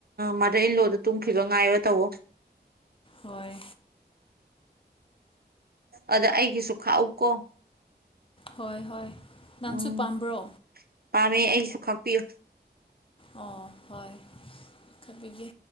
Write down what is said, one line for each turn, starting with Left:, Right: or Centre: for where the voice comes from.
Right: ꯃꯥꯗꯔ ꯏꯟ ꯂꯣꯗꯨ ꯇꯨꯝꯈꯤꯕ ꯉꯥꯏꯔ ꯇꯧꯋꯣ
Left: ꯍꯣꯏ
Right: ꯑꯗ ꯑꯩꯒꯤꯁꯨ ꯈꯥꯛꯎ ꯀꯣ
Left: ꯍꯣꯏ ꯍꯣꯏ ꯅꯪꯁꯨ
Right: ꯎꯝ
Left: ꯄꯥꯝꯕ꯭ꯔꯣ
Right: ꯄꯥꯝꯃꯦ ꯑꯩꯁꯨ ꯈꯥꯛꯄꯤꯌꯨ
Left: ꯑꯣ ꯍꯣꯏ ꯈꯥꯛꯄꯤꯒꯦ